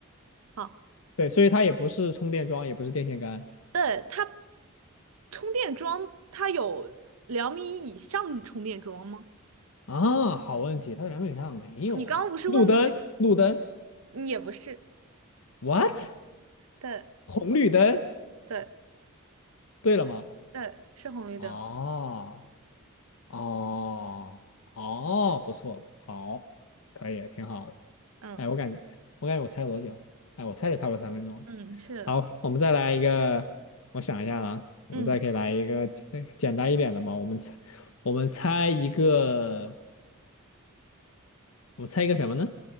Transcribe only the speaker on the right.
好，
对，它充电桩，它有两米以上的充电桩吗？
你刚刚不是问过
那，也不是，
对
对
对，是红绿灯。
嗯
嗯，是，
嗯